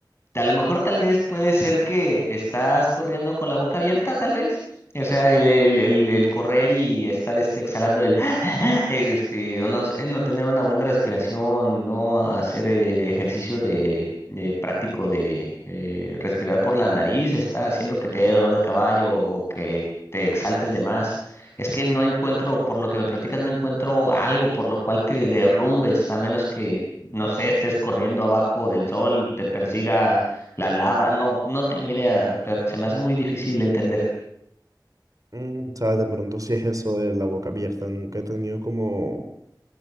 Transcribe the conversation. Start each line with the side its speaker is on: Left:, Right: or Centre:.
Left: A lo mejor tal vez puede ser que estás corriendo con la boca abierta, tal vez. O sea, el, el- el- el correr y estar este, exhalando el... <gasps> <laughs> este, o no, sé, no tener una buena respiración, no hacer eh, ejercicio de, de práctico de eh, respirar por la nariz, está haciendo que te dé dolor de caballo o que te exaltes de más. Es que no encuentro, por lo que me platicas, no encuentro algo por lo cual te derrumbes, a menos que, no sé, estés corriendo abajo del sol, te persiga la lava, no, no tengo idea. o sea, se me hace muy difícil entender.
Right: Mm, sabes, de pronto sí es eso de la boca abierta. Nunca he tenido como...